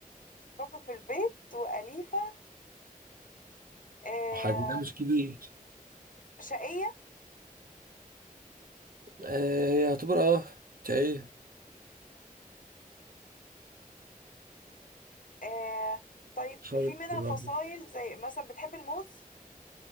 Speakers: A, on the left (about 65°); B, on the right (about 75°).
A: بتتربى في البيت وأليفة آه.
B: <laughs> وحجمها مش كبير
A: شقية
B: آه يعتبر اه شقية
A: آه طيب
B: حاولت
A: في منها
B: تقربي.
A: فصائل زي مثلا بتحب الموز